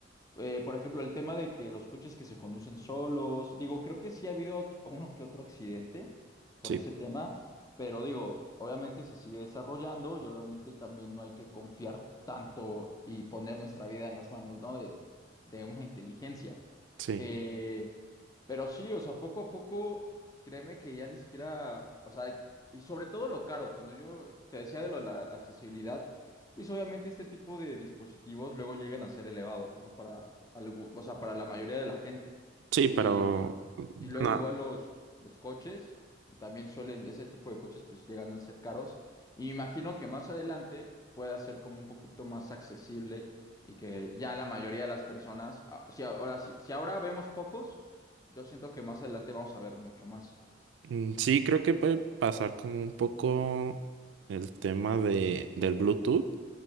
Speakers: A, on the left; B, on the right.
A: eh, por ejemplo, el tema de que los coches que se conducen solos, digo, creo que sí ha habido ac- uno que otro accidente por
B: sí,
A: ese tema, pero digo, obviamente se sigue desarrollando y obviamente también no hay que confiar tanto y poner nuestra vida en las manos, ¿no? De, de una inteligencia.
B: sí,
A: Eh, pero sí, o sea, poco a poco, créeme que ya ni siquiera, o sea, y sobre todo lo caro, cuando yo te decía de lo de la accesibilidad. Pues obviamente este tipo de dispositivos luego llegan a ser elevados, ¿no? Para algo, o sea, para la mayoría de la gente.
B: sí, pero
A: Y,
B: bueno.
A: y luego igual los, los coches, también suelen, ese tipo de coches pues llegan a ser caros. Y me imagino que más adelante pueda ser como un poquito más accesible y que ya la mayoría de las personas, ah, si ahora, si, si ahora vemos pocos, yo siento que más adelante vamos a ver mucho más.
B: Mm, Sí, creo que puede pasar como un poco el tema de, del Bluetooth.